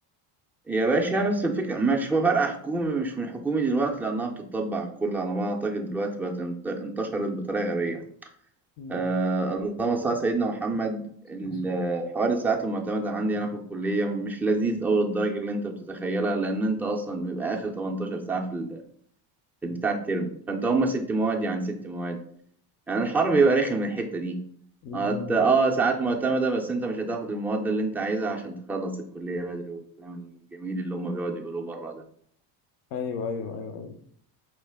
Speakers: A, in the centre; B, on the left (about 65°).
A: يا باشا بس الفكرة مش هو فرق حكومي مش من حكومي دلوقتي لأنها بتطبع كل على ما أعتقد دلوقتي بقت انت- انتشرت بطريقة غبية
B: مم.
A: آه اللهم صل على سيدنا محمد ال-
B: بس-
A: حوار الساعات المعتمدة عندي أنا في الكلية مش لذيذ أوي للدرجة اللي أنت بتتخيلها لأن أنت أصلا بيبقى آخر 18 ساعة في ال- في بتاع الترم فأنت هما ست مواد يعني ست مواد يعني الحر بيبقى رخم من الحتة دي
B: مم.
A: آه أنت- آه، ساعات معتمدة بس أنت مش هتاخد المواد اللي أنت عايزها عشان تخلص الكلية بدري والكلام الجميل اللي هما بيقعدوا يقولوه بره ده
B: أيوه أيوه أيوه أيوه